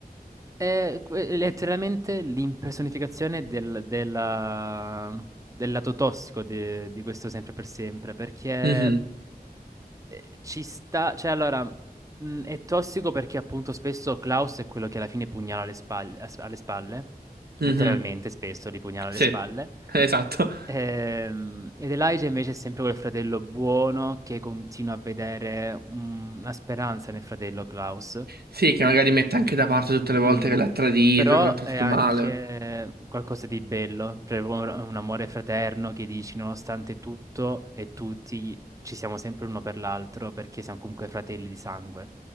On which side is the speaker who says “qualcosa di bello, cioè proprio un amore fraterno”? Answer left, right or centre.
Right